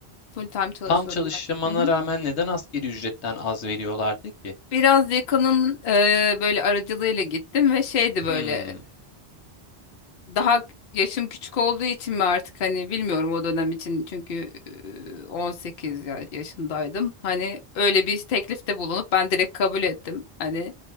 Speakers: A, on the left; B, on the left.
A: full time çalışıyordum
B: Tam çalışmana
A: ben. Hı hı.
B: rağmen neden asgari ücretten az veriyorlardı ki?
A: Biraz yakının e, böyle aracılığıyla gittim ve şeydi böyle
B: Hmm.
A: daha yaşım küçük olduğu için mi artık hani bilmiyorum o dönem için çünkü e, 18 ya- yaşındaydım. Hani öyle bir teklifte bulunup ben direkt kabul ettim. Hani